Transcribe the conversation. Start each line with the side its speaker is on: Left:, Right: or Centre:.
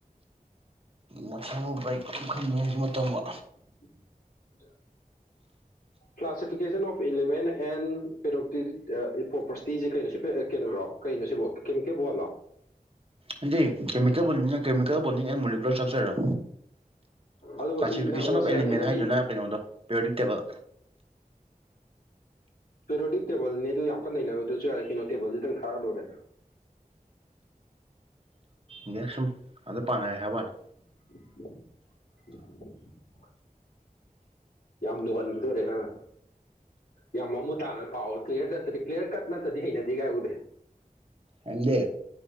Right: ꯃꯁꯪ ꯕꯥꯏꯛ <unintelligible> ꯃ ꯇꯝꯕ
Left: <unintelligible> ꯀ꯭ꯂꯥꯁꯤꯐꯤꯀꯦꯁꯟ ꯑꯣꯐ ꯏꯂꯤꯃꯦꯟ ꯑꯦꯟ ꯄ꯭ꯔꯣꯄꯔꯁꯤꯇꯤꯁꯦ ꯀꯩꯅꯣꯁꯨ ꯀꯩꯅꯔꯣ ꯀꯩꯅꯣ ꯁꯤꯕꯣ ꯀꯦꯝ ꯀꯦꯕꯣꯜꯂꯣ
Right: ꯍꯥꯏꯗꯤ ꯀꯦꯃꯤꯀꯣꯜ ꯕꯣꯟꯗꯥꯡꯅ ꯀꯦꯃꯤꯀꯣꯜ ꯕꯣꯟꯗꯥꯡꯅ ꯅꯦꯟ ꯃꯣꯀꯂꯔ ꯁ꯭ꯔꯛꯆꯔ
Left: ꯑꯗꯨꯕꯨ
Right: ꯀ꯭ꯂꯥꯁꯤꯐꯤꯀꯦꯁꯟ
Left: ꯁꯤ ꯅꯪ ꯑꯣ
Right: ꯑꯣꯐ
Left: ꯁꯤ
Right: ꯑꯦꯂꯤꯃꯦꯟ
Left: ꯅꯪꯒꯤ
Right: ꯍꯥꯏꯗꯨꯅ ꯀꯩꯅꯣꯗꯣ ꯄ꯭ꯌꯣꯗꯤꯛꯇꯦꯕꯜ
Left: ꯄꯦꯔꯣꯗꯤꯛ ꯇꯦꯕꯜꯅꯤ ꯑꯗꯨ ꯌꯥꯝ ꯀꯟꯅ ꯅꯩꯅꯕꯗꯨꯁꯨ ꯌꯥꯔ ꯀꯩꯅꯣ ꯇꯦꯕꯜꯗꯤꯇꯪ ꯊꯥꯔ ꯂꯣꯏꯦ
Right: ꯏꯦ ꯁꯨꯝ ꯑ ꯑꯗꯨꯗ ꯄꯥꯅ ꯍꯥꯏꯕꯅꯤ
Left: <unintelligible> ꯌꯥꯝ ꯂꯨꯍꯟꯈꯤꯗꯣꯏꯔꯦ ꯅꯪꯅ ꯌꯥꯝ ꯃꯃꯨ ꯇꯥꯔꯣꯏ ꯄꯥꯎ ꯀ꯭ꯂꯤꯌꯥꯌꯔ ꯅꯠꯇꯗꯤ ꯀ꯭ꯂꯤꯌꯥꯔ ꯀꯠ ꯅꯠꯇꯗꯤ ꯍꯩꯅꯗꯤ ꯀꯥꯏ ꯎꯗꯦ
Right: ꯍꯗ